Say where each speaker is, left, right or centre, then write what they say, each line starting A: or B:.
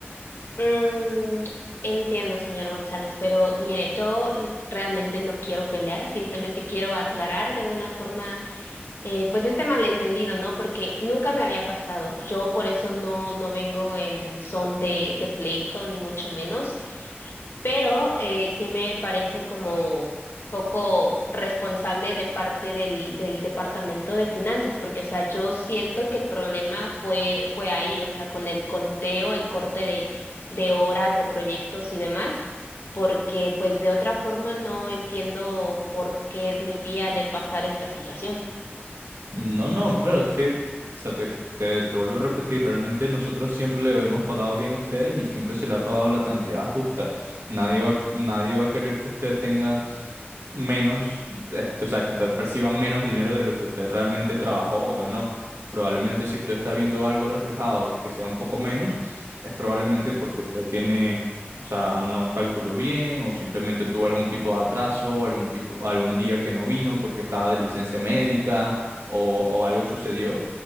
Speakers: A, on the left; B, on the right.
A: Mm, entiendo, señor González, pero mire, yo n- realmente no quiero pelear, simplemente quiero aclarar de una forma, eh, pues este malentendido, ¿no? Porque nunca me había pasado. Yo por eso no, no vengo en son de, de pleito, ni mucho menos pero eh, sí me parece como poco responsable de parte del, del Departamento de Finanzas, porque, o sea, yo siento que el problema fue, fue ahí, o sea, con el conteo, el corte de, de horas, de proyectos y demás, porque pues de otra forma no entiendo por qué debía de pasar esta situación.
B: No, no, claro, es que, o sea, te, te, te vuelvo a repetir, realmente nosotros siempre le hemos pagado bien a ustedes y siempre se le ha pagado la cantidad justa. Nadie va, nadie va a querer que usted tenga menos, este, o sea, que usted perciba menos dinero de lo que usted realmente trabajó o ganó. Probablemente si usted está viendo algo reflejado que sea un poco menos, es probablemente porque usted tiene, o sea, no calculó bien o simplemente tuvo algún tipo de atraso, algún tipo, algún día que no vino porque estaba de licencia médica o, o algo sucedió